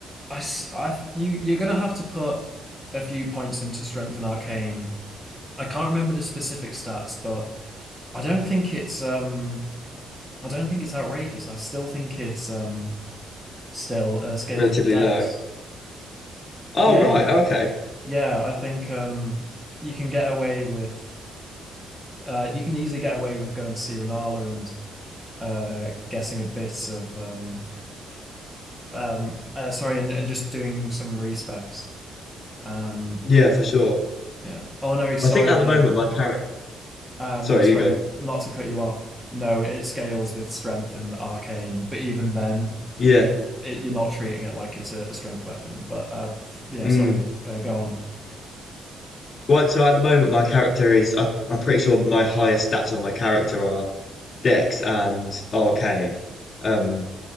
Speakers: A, in the centre; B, on the left (about 50°).
A: I, s- I th- you you're gonna have to put a few points into Strength and Arcane I can't remember the specific stats, but I don't think it's um I don't think it's outrageous. I still think it's um still uh, scales
B: relatively
A: with Dex.
B: low. Oh
A: Yeah,
B: right,
A: y-
B: okay.
A: yeah, I think um you can get away with uh you can easily get away with going to see Renala and uh guessing a bit of um um uh, sorry and, and just doing some respecs. Um
B: Yeah, for sure.
A: yeah. Oh no, sorry,
B: I think at the
A: no.
B: moment my character.
A: Um,
B: Sorry,
A: sorry,
B: you go.
A: not to cut you off. No, it scales with strength and arcane, but even then,
B: Yeah.
A: y it, you're not treating it like it's a, a strength weapon. But uh, f- yeah,
B: Mm.
A: sorry, uh, go on.
B: Right. So at the moment my character is. I, I'm pretty sure my highest stats on my character are Dex and Arcane. Um.